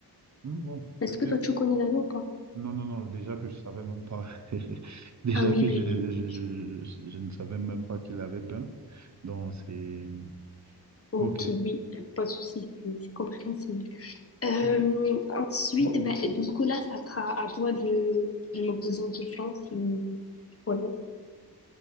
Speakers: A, on the right; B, on the left.
A: Hmm, bon,
B: Est-ce
A: c'était...
B: que toi, tu connais l'année ou pas?
A: Non, non, non, déjà que je savais même pas. <laughs> Déjà
B: Ah oui,
A: que je,
B: oui,
A: je,
B: oui.
A: je, je- je ne savais même pas qu'il avait peint. Donc, c'est...
B: Ok,
A: OK.
B: oui, y a pas de souci, c'est c'est compréhensible. Euh,
A: Ok.
B: ensuite, ben, du coup, là, ça sera à toi de, de me poser une question si tu connais.